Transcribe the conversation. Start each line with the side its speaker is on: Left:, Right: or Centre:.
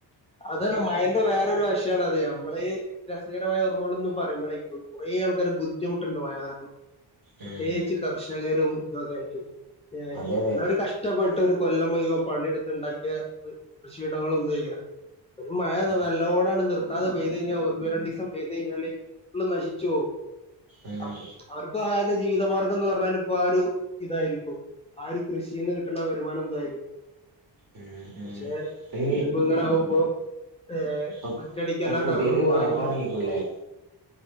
Left: അതാണ് മയന്റ് വേറെ ഒരു വശാണ് അത് നമ്മള് രസകരമായ ഓർമ്മകളെന്ന് പറയുമ്പോളേക്കു കുറേ ആൾക്കാർ ബുദ്ധിമുട്ടുണ്ട് വയനാട്ടും പ്രത്യേകിച്ച്
Right: ഉം
Left: കർഷകരും ഇതൊക്കെ ആയിട്ട്
Right: അതെ അതെ
Left: അന്നവര് കഷ്ടപ്പെട്ട് ഒരു കൊല്ലം മുഴുവൻ പണിയെടുത്ത് ഉണ്ടാക്കിയ കൃഷിയിടങ്ങൾ എന്താ ചെയ്യുക ഒരു മഴ
Right: ഉം
Left: നല്ലോണം അങ്ങട്ട് നിർത്താതെ പെയ്ത് കഴിഞ്ഞാൽ ഒന്ന് രണ്ടിവസം പെയിത് കഴിഞ്ഞാല് ഫുള്ളും നശി ച്ച് പോവും
Right: ഉം
Left: അപ്പൊ അവർക്കു ആ ജീവിതമാർഗം എന്ന് പറഞ്ഞാൽ ഇപ്പൊ ആ ഒരു ഇതായിരിക്കും, ആ ഒരു കൃഷിന്ന് കിട്ടുന്ന വരുമാനം ഇതായിരിക്കും.
Right: ഉം ഉം
Left: പക്ഷെ
Right: ഈ
Left: ഇതിപ്പം ഇങ്ങനെ ആവുമ്പോ ഏ
Right: ഇപ്പൊ
Left: ഒറ്റയടിക്കെല്ലാം
Right: പുതിയൊരു
Left: തകർന്നു പോവാന്ന്
Right: രോഗം
Left: പറയുമ്പോ
Right: ഇറങ്ങിക്കുല്ലേ